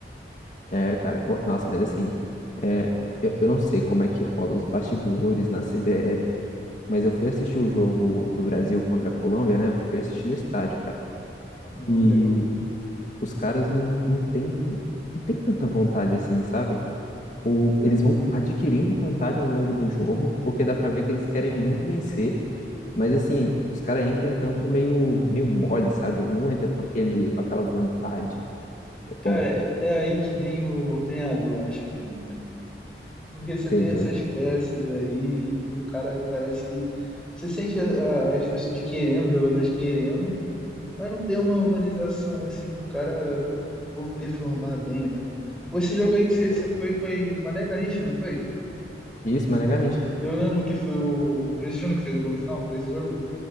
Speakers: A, on the left; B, in the centre.
A: É, cara, ô, nossa, mas assim, é, eu, eu não sei como é que rola os bastidores na CBF, mas eu fui assistir o jogo do Brasil contra a Colômbia, né? Eu fui assistir no estádio, cara.
B: Ah,
A: E
B: legal.
A: os caras não, não têm não tem tanta vontade assim, sabe? O, eles vão adquirindo vontade ao longo do jogo, porque dá pra ver que eles querem muito vencer, mas assim, os caras entram em campo meio, meio mole, sabe? Não entra com aquele, com aquela vontade. Tá
B: Cara,
A: bom,
B: é, é aí que vem o, o treinador, acho, pra mim, cara. Porque você
A: entendi.
B: tem essas peças aí, e o cara parece que. Você sente a- as pessoas querendo, os jogadores querendo, mas não tem uma organização assim pro cara por performar bem, né? Ou Esse jogo aí que você,
A: Sim.
B: você foi, foi do Mané Garrincha, não foi?
A: Isso, mas a gente.
B: Eu lembro que foi o Vinícius Júnior que fez o gol no final, não foi esse jogo?